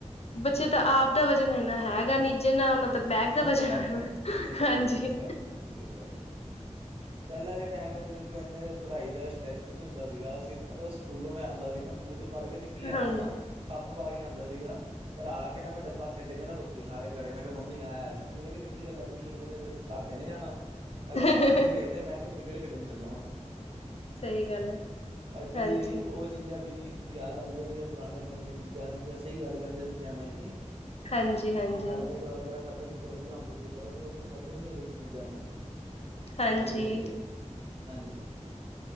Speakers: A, on the left; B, on the right.
A: ਬੱਚੇ ਤਾਂ ਆਪ ਦਾ ਵਜਨ ਇੰਨਾ ਹੈਗਾ ਨੀ ਜਿੰਨਾ ਉਹਨਾਂ ਦਾ
B: ਜਿੰਨੇ
A: ਦਾ ਵਜ਼ਨ
B: ਬੈਗ ਦਾ,
A: ਹੋਇਆ
B: ਜਿੰਨੇ ਬੈਗ
A: ਹਾਂਜੀ
B: ਦਾ ਵਜਨ ਕਰਦੇ ਬਿਲਕੁਮ ਸਹੀ ਗੱਲ ਐ। ਪਹਿਲਾਂ ਦੇ ਟਾਈਮ ਤੇ ਕੋਈ ਇੰਨੇ ਪੜ੍ਹਾਈ ਦਾ ਸਟੈਚ ਵੀ ਨੀ ਹੁੰਦਾ ਸੀਗਾ ਅਸੀਂ ਪਤਾ ਸਕੂਲੋਂ ਮੈਂ ਆਂਦਾ ਸੀ ਨਾ ਸਕੂਲ ਦੇ ਪੜ ਕੇ ਤਿੱੱਕੀ ਜਾਣਾ
A: ਹਾਂਜੀ
B: ਵਾ, ਖੱਪ ਪਾ ਕੇ ਆਉਂਦਾ ਸੀਗਾ ਪਰ ਆ ਕਹਿੰਨਾ ਮੈਂ ਡੱਬਾ ਸਿੱਟ ਕਹਿੰਦਾ ਰੋਟੀ ਖਾ ਕੇ ਘਰੇ ਮੈਂ ਕਿਹਾ ਮ ਮੰਮੀ ਐ ਮੰਮੀ ਕਹਿੰਦੇ ਕਿੱਥੇ ਚੱਲਾ ਟਿਊਸ਼ਨ ਕਹਿੰਦੇ ਤੇਰੇ ਭਾਪੇ ਨੇ ਜਾਣਾ ਵਾ, ਮੈਂ
A: ਹਾਂਜੀ
B: ਕਿਹਾ ਭਾਪੇ ਨੂੰ ਭੇਜਦੇ ਮੈਂ ਤੇ ਕ੍ਰਿਕਟ ਖੇਡਣ ਚੱਲਾ ਵਾ।
A: ਸਹੀ ਗੱਲ ਹੈ
B: ਪਰ ਕਦੀ
A: ਹਾਂਜੀ
B: ਉਹ ਚੀਜ਼ਾਂ ਵੀ ਯਾਦ ਆਂਦੀਆਂ ਨੇ ਜੋ ਪੁਰਾਣੇ ਸਮੇਂ ਦੀ ਚੀਜ਼ਾਂ ਸੀਗੀਆਂ ਸਹੀ ਗੱਲ ਕਹਿੰਦੇ ਸੀ ਸਿਆਣੇ ਕਿ ਨਹੀ।
A: ਹਾਂਜੀ ਹਾਂਜੀ
B: ਸਿਆਣੇ ਦੇ ਕਿਹਾ ਔਲੇ ਦਾ ਖਾਧਾ ਚੀਜ਼ਾਂ ਵਧੀਆ ਹੁੰਦੀ ਸੀ ਪਰ ਉਦੋਂ ਉਹ ਸਮਝਦੇ ਸਮਝਦੇ ਨੀ ਕਿਸੇ ਚੀਜ਼ਾਂ ਨੂੰ।
A: ਹਾਂਜੀ
B: ਹਾਂਜੀ-ਹਾਂਜੀ, ਹਾਂਜੀ।